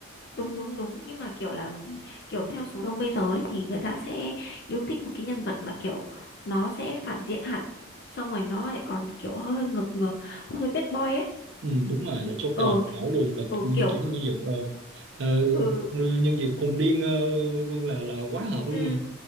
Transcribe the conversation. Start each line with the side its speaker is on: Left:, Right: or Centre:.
Left: đúng đúng đúng nhưng mà kiểu là kiểu theo số đông bây giờ ấy thì người ta sẽ yêu thích một cái nhân vật mà kiểu nó sẽ phản diện hẳn xong rồi nó lại còn kiểu hơi hơi ngược ngược hơi bad boy ấy
Right: ừ, đúng rồi là Joker
Left: ừ
Right: mẫu luôn là
Left: ừ
Right: như
Left: kiểu
Right: kiểu như nhân vật ờ,
Left: ừ
Right: ờ, nhân vật khùng điên ờ, luôn là là quá hợp luôn
Left: ừ
Right: rồi